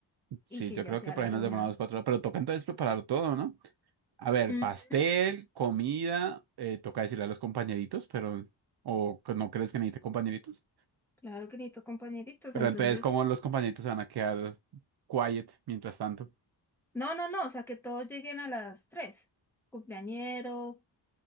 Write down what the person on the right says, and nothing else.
sí,
yo
creo
que por
ahí
nos demoramos cuatro horas, pero toca entonces preparar todo, ¿no? A ver,
pastel, comida, eh, toca decirle a los compañeritos, pero, o que no crees que necesite compañeritos.
Pero
entonces, ¿cómo los compañeritos se van a quedar quiet mientras tanto?